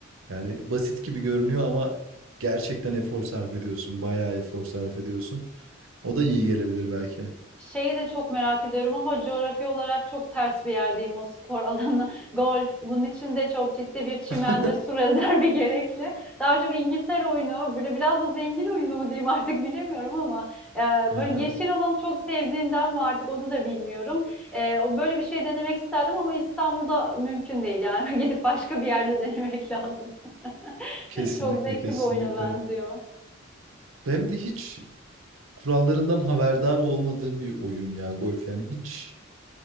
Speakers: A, on the right (about 80°); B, in the centre.
A: Yani basit gibi görünüyor ama gerçekten efor sarf ediyorsun. Bayağı efor sarf ediyorsun. O da iyi gelebilir belki.
B: Şeyi de çok merak ediyorum ama coğrafi olarak çok ters bir yerdeyim o spor alanı. <laughs> Golf. Bunun için de çok ciddi bir çimen
A: <laughs>
B: ve su rezervi <laughs> gerekli. Daha çok İngiltere oyunu, böyle biraz da zengin oyunu mu diyeyim artık bilemiyorum ama e,
A: Aha,
B: böyle yeşil alanı çok sevdiğimden mi artık onu da bilmiyorum. E, o böyle bir şey denemek isterdim ama İstanbul'da mümkün değil yani <laughs> gidip başka bir yerde denemek lazım. <laughs>
A: Kesinlikle,
B: Çok zevkli
A: kesinlikle.
B: bir oyuna benziyor.
A: Hem de hiç kurallarından haberdar olmadığım bir oyun ya golf. Yani hiç